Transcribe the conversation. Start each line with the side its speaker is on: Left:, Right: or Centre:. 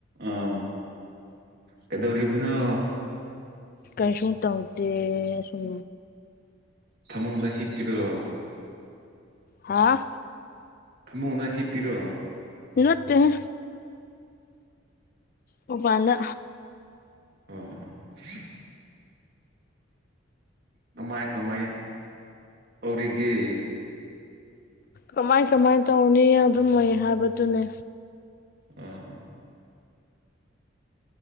Right: ꯑꯥ ꯀꯩꯗꯧꯔꯤꯕꯅꯣ
Left: ꯀꯩꯁꯨꯨ ꯇꯧꯗꯦ ꯁꯨꯝ
Right: ꯐꯃꯨꯡꯗ ꯍꯤꯞꯄꯤꯔꯣ
Left: ꯍꯥꯥ
Right: ꯐꯃꯨꯡꯗ ꯍꯤꯞꯄꯤꯔꯣ
Left: ꯅꯠꯇꯦꯍꯦ ꯃꯄꯥꯟꯗ
Right: ꯑꯣ ꯀꯃꯥꯏ ꯀꯃꯥꯏ ꯇꯧꯔꯤꯒꯦ
Left: ꯀꯃꯥꯏ ꯀꯃꯥꯏꯅ ꯇꯧꯅꯤ ꯑꯗꯨꯝ ꯂꯩ ꯍꯥꯏꯕꯗꯨꯅꯦ
Right: ꯑꯥ